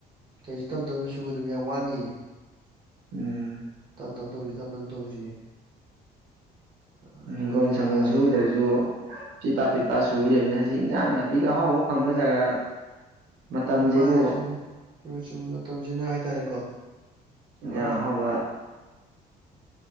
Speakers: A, on the right; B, on the right.
A: ꯀꯧꯁꯨ ꯇꯝ ꯇꯝ ꯫ ꯁꯨꯒꯗꯨꯝ ꯌꯥꯝ ꯋꯥꯠꯂꯤ
B: ꯎꯝ
A: ꯇꯞ ꯇꯞ ꯇꯧꯁꯤ ꯇꯞ ꯇꯞ ꯇꯧꯁꯤ꯫ ꯑꯩꯈꯣꯏꯁꯨ
B: ꯎꯝ ꯍꯤꯡꯒꯣꯜ ꯁꯝꯕꯜ
A: ꯅꯍꯥꯅꯤ
B: ꯁꯨꯗ꯭ꯔꯁꯨ꯫ ꯄꯤꯄꯥ ꯄꯤꯛꯄꯥ ꯁꯨ ꯂꯩꯕꯅꯤꯅ ꯍꯧꯖꯤꯛ ꯏꯟꯖꯥꯡ ꯅꯥꯄꯤꯒ ꯑꯍꯥꯎꯕ ꯐꯪꯕ ꯖꯒꯥ꯫ ꯃꯇꯝꯁꯤꯕꯨ
A: ꯑꯣ ꯃꯥꯅꯦ ꯆꯨꯝꯃꯦ ꯆꯨꯝꯃꯦꯆꯨꯝ ꯃꯇꯝꯁꯤꯅ ꯍꯥꯏꯇꯥꯔꯦꯀꯣ
B: ꯏꯟꯖꯥꯡ
A: ꯄꯨꯔꯥ꯫
B: ꯑꯍꯥꯎꯕ